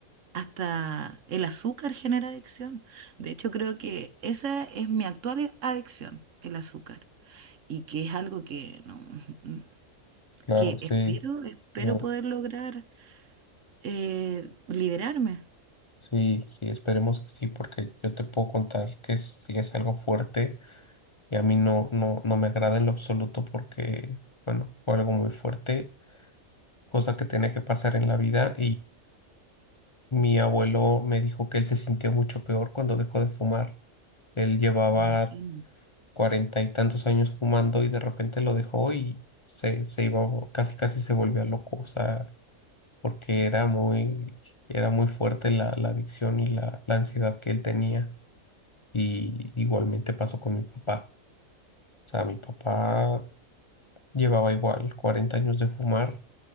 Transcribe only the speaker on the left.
claro,
sí.
Yo,
sí, sí, esperemos que sí, porque yo te puedo contar que sí es algo fuerte y a mí no, no, no me agrada en lo absoluto porque, bueno, fue algo muy fuerte, cosa que tenía que pasar en la vida Mi abuelo me dijo que él se sintió mucho peor cuando dejó de fumar. Él llevaba
cuarenta y tantos años fumando y de repente lo dejó y se, se iba, casi casi se volvía loco, o sea, porque era muy, era muy fuerte la, la adicción y la, la ansiedad que él tenía. Y igualmente pasó con mi papá. O sea, mi papá llevaba igual 40 años de fumar